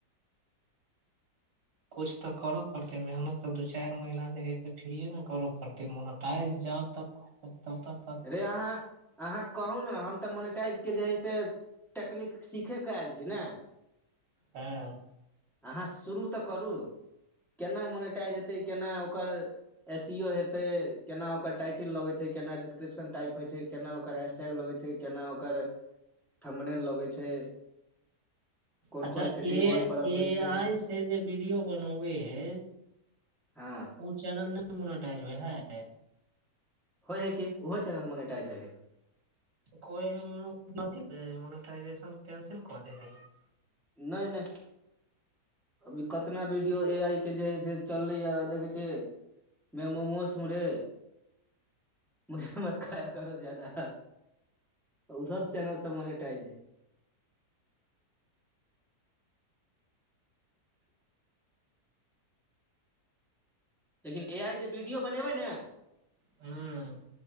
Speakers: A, on the right; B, in the centre.
A: किछु तऽ करऽ पड़तै, मेहनत तऽ दू चारि महीना जे हइ से फ्रीमे करऽ पड़तै, मोनेटाइज जाउ तऽ। तब तक तक
B: रे, अहाँ अहाँ कहू ने, हम तऽ मोनेटाइजके जे हइ से। टेकनीक सीखयके आयल छी ने।
A: हँ
B: अहाँ शुरू तऽ करू ने, केना मोनेटाइज हेतै, केना ओकरा एहिसँ हेते केना, ओकर टाइटल लगे छै, केना डिस्क्रिप्शन टाइप होइ छै, केना ओकर हे? कऽ लगे छै, केना ओकर थम्बनेल लेल लगै छै? कोन
A: अच्छा
B: कोन सेटिंग
A: य
B: ऑन करऽ पड़ै छै
A: आइ से जे वीडियो बनबै हइ।
B: हँ
A: ओ चैनल नहि मोनेटाइज होइ छै।
B: होइ छै कि ओहो चैनल मोनेटाइज होइ छै?
A: कोइ होइ मोनेटाइज कंसिल कऽ दे रह <unintelligible>
B: नहि नहि अभी कतना वीडियो, ई आजके जे छै, से चललैए देखै छियै। में मोमो ह रे, मुझे मत खाया करो ज़्यादा। ओ सभ चैनल सभ मोनेटाइज छै। लेकिन ए आइ जे वीडियो बनबै ने
A: हँ